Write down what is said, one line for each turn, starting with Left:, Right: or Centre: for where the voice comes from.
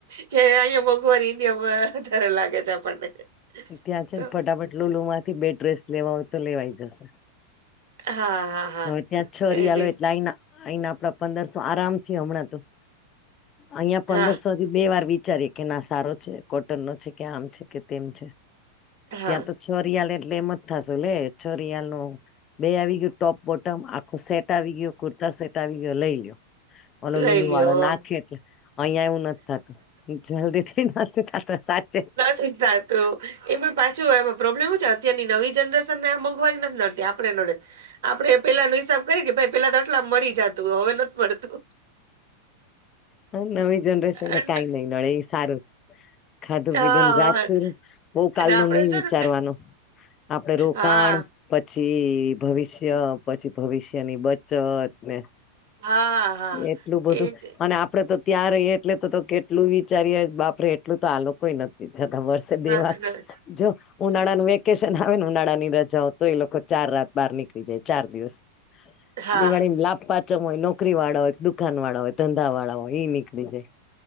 Right: કે અહીયા મોઘવારી વધારે લાગે છે આપણને.
Left: ત્યાં છે
Right: તો
Left: ને ફટાફટ લોલ માંથી બે ડ્રેસ લેવા હોય તો લેવાય જશે.
Right: હા, હા, હા.
Left: હવે ત્યાં છ રિયાલો
Right: એજ એ.
Left: એટલે આના આપડા પંદરસો આરામથી હમણાં તો અહિયાં પંદરસો
Right: હા,
Left: બે વાર વિચારી કે ના સારો છે કોટન નો છે કે આમ છે કે તેમ છે.
Right: હા.
Left: ત્યાં તો ચોરયાલ એટલે એમ જ થશેું લે ચોરિયાલ નું બે આવી ગયું ટોપ-બોટમ આખું સેટ આવી ગયો કુર્તા સેટ આવી ગયો લઈ લ્યો. ઓલો
Right: લઈ
Left: લુલ
Right: લ્યો.
Left: વાળો નાખ્યો એટલે અહં એવું નથી થતું જલ્દી નથી થત સાચ
Right: <unintelligible> તો એમાં પાછું એમાં પ્રોબ્લેમ હ છે અત્યારની નવી જનરેશન ને મોંઘવાની નથી નડતી આપણે નડે આપડે પેલા ન હિસાબ કરી કે ભ પેલા તો આટલા મળી જતું હવે નથી મળતું.
Left: હ નવી જનરેશન ને
Right: અને
Left: કઈ નહી નડે એ સારું છે ખાધું
Right: હા
Left: પીધું ને રાજ
Right: હા
Left: કરુું બહ કાલ
Right: અને
Left: ન
Right: આપડે
Left: નહી
Right: છે
Left: વિચારવાનું.
Right: ને
Left: આપડે રોકાણ
Right: હા
Left: પછી ભવિષ્ય પછી ભવિષ્ય ની બચત ને
Right: હા હા
Left: એટલું બધું
Right: એજ નથી
Left: અને આપડે તો ત્યાં ર એટલે તો તો કેટલું વિચારીએ બાપરે એટલું તો આલો કોઈ નથી જતા વર્ષે
Right: નડતું.
Left: બે વાર જો ઉનાળાનું વેક વેકેશન આવેને ઉનાળા ની રજાઓ તો એ લોકો ચાર રાત બહાર નીકળી જાય ચાર દિવસ
Right: હા
Left: દિવાળી ને લાભ પાચ હોય નો નોકરી વાળા હોય દુકાન વાળા હોય ધંધા વાળા હોય ઈ નીકળી જાય